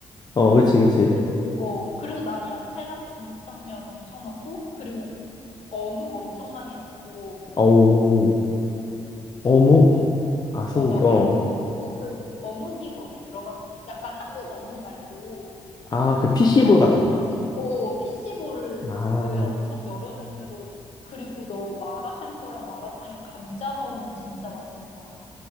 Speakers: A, on the left; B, on the left.
A: 어, 그치, 그치.
B: 그래- 어, 그래서 난 야채랑 중국 당면 엄청 넣고, 그리고 어묵 엄청 많이 넣고,
A: 어우,
B: 소고기.
A: 어묵. 아, 소고기.
B: 어, 나 어묵을,
A: 어.
B: 어묵이 거기 들어간, 약간 한국 어묵 말고,
A: 아, 그 피시볼
B: 그 마라탕집,
A: 같은 건가?
B: 어, 피시볼을
A: 아,
B: 엄청 여러 종류로, 그리고 너 마라샹궈랑 마라탕에 감자 넣으면 진짜 맛있는 거 알아?